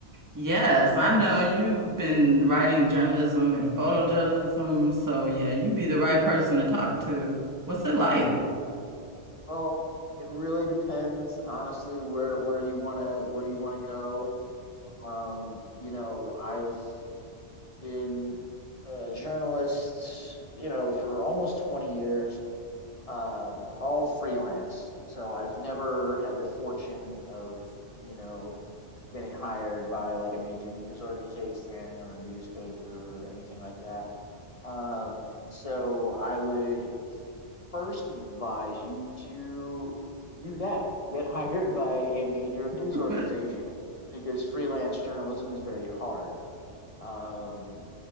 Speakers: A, on the right; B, on the left.
A: Yes, I know you've been writing journalism and photojournalism, so yeah, you'd be the right person to talk to. What's it like?
B: Well, it really depends, honestly, where where you wanna where you wanna go. Um, you know, I've been a journalist, you know, for almost 20 years. uh, all freelance. So I've never had the fortune of, you know, getting hired by like a major news organization or a newspaper or anything like that. Um, so I would first advise you to do that. Get <laughs> hired by a major news
A: <laughs>
B: organization because freelance journalism is very hard. Um,